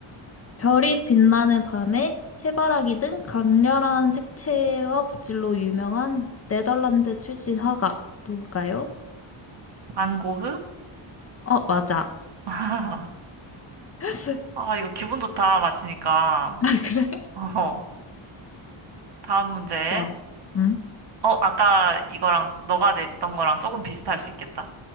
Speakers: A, on the left (about 30°); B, on the right (about 55°).
A: 별이 빛나는 밤에 해바라기 등 강렬한 색채와 붓질로 유명한 네덜란드 출신 화가 누굴까요?
B: 반 고흐?
A: 어, 맞아.
B: <laughs>
A: <laughs>
B: 아, 이거 기분 좋다. 맞히니까.
A: 아, 그래?
B: 어, 다음 문제.
A: 좋아. 응?
B: 어, 아까 이거랑 너가 냈던 거랑 조금 비슷할 수 있겠다.